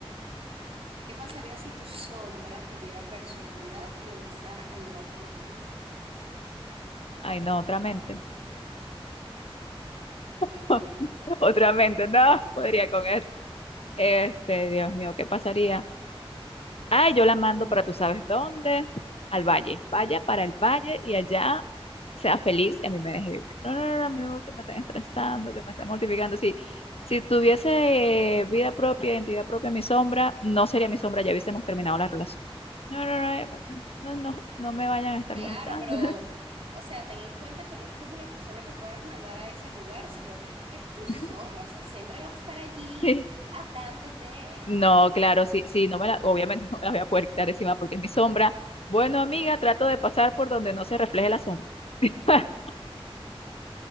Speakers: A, on the right; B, on the left.
A: ¿Qué pasaría si tu sombra tuviera personalidad y empezara a llevarte la contraria?
B: Ay, no, otra mente.
A: <laughs>
B: <laughs> Otra mente, no, podría con eso. Este, Dios mío, ¿qué pasaría? Ay, yo la mando para tú sabes dónde, al valle. Vaya para el valle y allá sea feliz y a mí me deje vivir. No, no, no, no, a mí no me gusta que me estén estresando, que me estén mortificando. Si, si tuviese eh, vida propia, identidad propia, mi sombra, no sería mi sombra, ya hubiésemos terminado la relación. No, no, no, eh, no, no, no me vayan a estar
A: Claro,
B: molestando.
A: pero, o sea, ten en cuenta que no es que es una persona que puedas mandar a ese lugar, sino que es que es tu sombra,
B: <laughs>
A: o sea, siempre va a estar allí
B: sí
A: hablándote.
B: No, claro, sí, sí, no me la, obviamente <laughs> no me la voy a poder quitar encima porque es mi sombra. Bueno, amiga, trato de pasar por donde no se refleje la sombra. <laughs>